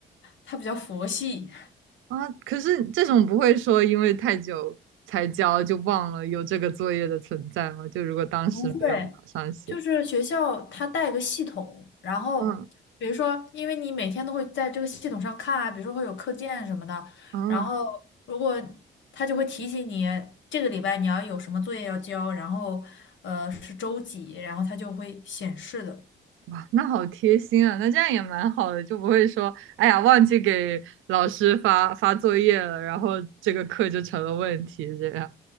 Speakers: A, on the left; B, on the right.
A: 他比较佛系，
B: 啊。可是这种不会说因为太久才交就忘了有这个作业的存在吗？就如果当时没有马上写，
A: 不会，就是学校他带个系统，然后比如说，
B: 嗯
A: 因为你每天都会在这个系统上看啊，比如说会有课件什么的，
B: 嗯，
A: 然后如果他就会提醒你这个礼拜你要有什么作业要交，然后呃是周几，然后他就会显示的。
B: 哇，那好贴心啊。那这样也蛮好的，就不会说，哎呀，忘记给老师发发作业了，然后这个课就成了问题这样。